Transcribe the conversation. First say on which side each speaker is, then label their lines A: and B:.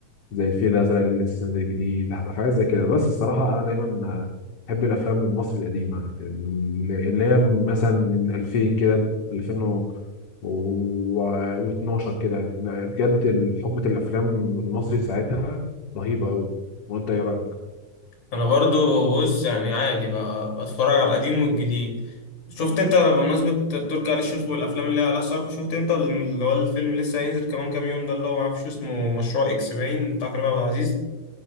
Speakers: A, on the left (about 55°); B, on the left (about 70°).
A: زي الفيل الأزرق اللي لسه نازل جديد ح- حاجات زي كده بس الصراحة أنا دايما آه، بحب الأفلام المصري القديمة اللي اللي هي مثلا من 2000 كده ل 2000 و12 كده لا، بجد حقبة الأفلام المصري ساعتها رهيبة قوي وأنت إيه رأيك؟
B: انا برضو بص يعني عادي بقى بتفرج على القديم والجديد شفت انت بمناسبة تركي آل الشيخ والافلام اللي على صف شفت انت اللي هو الفيلم اللي لسه هينزل كمان كام يوم ده اللي هو معرفش اسمه مشروع اكس باين بتاع كريم عبد العزيز